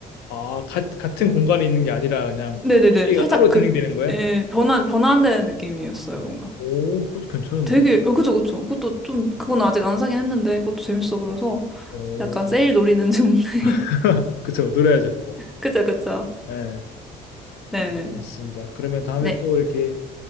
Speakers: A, on the left; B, in the centre.
A: 아, 가, 같은
B: 음.
A: 공간에 있는 게 아니라 그냥
B: 네네네.
A: 스토리가
B: 살짝
A: 따로
B: 그
A: 진행되는 거야?
B: 예, 변환 변환되는 느낌이었어요, 뭔가.
A: 오, 그것도 괜찮은데요?
B: 되게 어, 그죠, 그죠. 그것도 좀 그건 아직 안 사긴 했는데 그것도 재밌어 보여서
A: 오,
B: 약간 세일 노리는 중. <laughs>
A: <laughs> 그쵸, 노래하죠, 그거.
B: 그죠, 그죠.
A: 네,
B: 네.
A: 알겠습니다. 그러면 다음에
B: 네.
A: 또 이렇게